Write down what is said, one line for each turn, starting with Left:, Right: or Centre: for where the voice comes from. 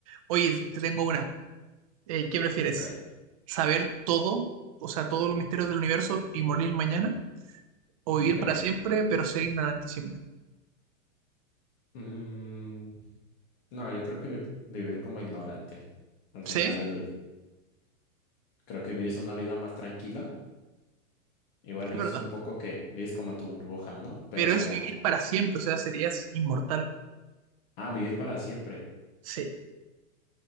Right: Oye,
Left: sí,
Right: te tengo una. Eh, ¿qué prefieres?
Left: ok,
Right: ¿Saber todo, o sea, todos los misterios del universo y morir mañana? ¿O
Left: ok.
Right: vivir para siempre, pero ser ignorante siempre?
Left: Mm, no, yo creo que vi- vivir como ignorante. Al final,
Right: Sí,
Left: creo que vives una vida más tranquila. Igual
Right: es
Left: es
Right: verdad.
Left: un poco que vives como en tu burbuja, ¿no? Pero,
Right: Pero es vivir para siempre, o sea, serías inmortal.
Left: ah, vivir para siempre.
Right: Sí,